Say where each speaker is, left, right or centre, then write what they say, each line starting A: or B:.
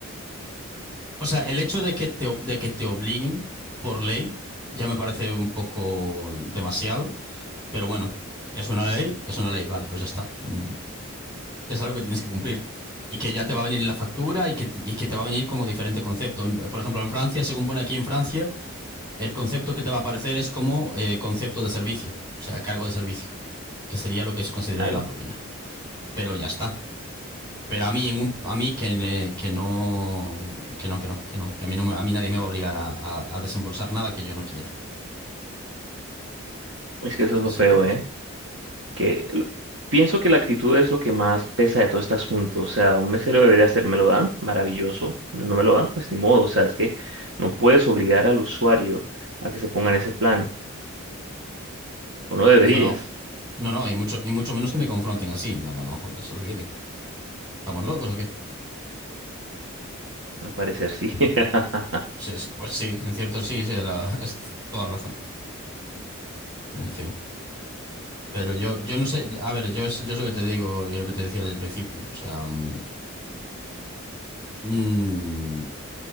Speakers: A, on the right; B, on the right.
A: O sea, el hecho de que te, de que te obliguen por ley ya me parece un poco demasiado, pero bueno, es una ley, es una ley, vale, pues ya está. Mm, Es algo que tienes que cumplir y que ya te va a venir en la factura y que, te- y que te va a venir como diferente concepto. En- Por ejemplo, en Francia, según pone aquí en Francia, el concepto que te va a aparecer es como eh, concepto de servicio, o sea, cargo de servicio, que sería lo que se consideraría
B: claro.
A: la propina. Pero ya está. Pero a mí, en un- a mí que, ne- que no, que no, que no, que no, que a mí, no me- a mí nadie me va a obligar a, a- a desembolsar nada que yo no quiera.
B: Es que eso es lo
A: Así
B: feo,
A: que no
B: ¿eh?
A: sé.
B: Que lo- pienso que la actitud es lo que más pesa de todo este asunto. O sea, un mesero debería ser, me lo dan, maravilloso. No me lo dan, pues ni modo. O sea, es que no puedes obligar al usuario a que se ponga en ese plan. O no deberías,
A: No, no, no, no, y mucho, y mucho menos que me confronten así. No, no, no, se olviden. ¿Estamos locos o qué?
B: al parecer sí. <laughs>
A: Sí, sí, pues sí, en cierto sí, sí, la- <laughs> es toda la razón. En fin. Pero yo, yo no sé, a ver, yo es, yo es lo que te digo y lo que te decía al principio. O sea, mm, mm,